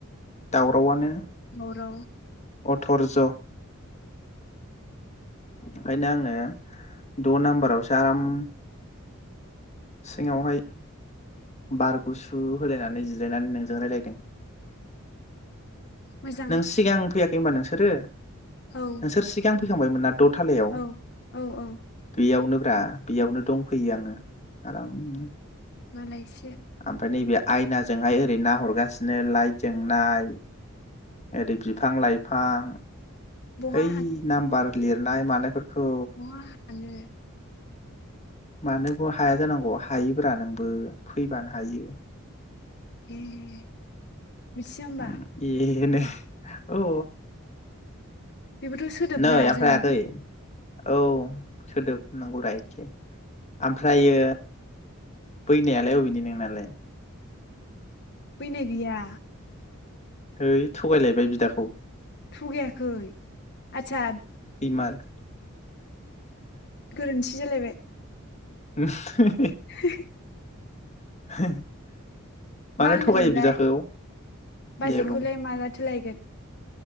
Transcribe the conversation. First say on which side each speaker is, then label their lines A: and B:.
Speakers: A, on the left; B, on the left.
A: दावरावनो
B: दावराव
A: अथरज ओंखायनो आंङो द' नाम्बारावसो आराम सिङांवहाय बार गुसु होलायनानै जिरायनानै नोंजों रायज्लायदों
B: मोजां
A: नों सिगां फैयाखै होनबा नोंसोरो
B: औ
A: नोंसोर सिगां फैखांबायमोन ना द' थालायाव
B: औ औ औ
A: गैयाव <unintelligible> बेयावनो दंफैयो आंङो आरामनो
B: मालायस
A: ओमफ्राय नैबे आयनाजोंहाय ओरै ना हरगासिनो लाइट जों नाय ओरै बिफां लाइफां
B: बहा
A: ओइ नाम बारत <unintelligible> नाय मानायफोरखौ
B: अहा हानो
A: मानोबो हाया जानांगौ हायोब्रा नोंबो फैबानो हायो
B: ए मिथिया होमबा
A: ओम ए बेनो औ।
B: बेबोथ' सोदोबना
A: नै आफाय
B: जोंनि
A: आगै औ। सोदोब नांगौ रा एखे ओमफ्रायो बैनायालाय अबेनि नोंनालाय।
B: फैनाय गैया।
A: हैइ थगायलायबाय बिदाखौ <inaudible>
B: थगायाखै आचसा।
A: इमान।
B: गोरोन्थि। जालायबाय।
A: <unintelligible>
B: <inaudible>
A: <inaudible>
B: मा होनोमोनलाय
A: थगायो बिदाखौ
B: बाजैखौलाय
A: दे बुं
B: माला थो लायगोन?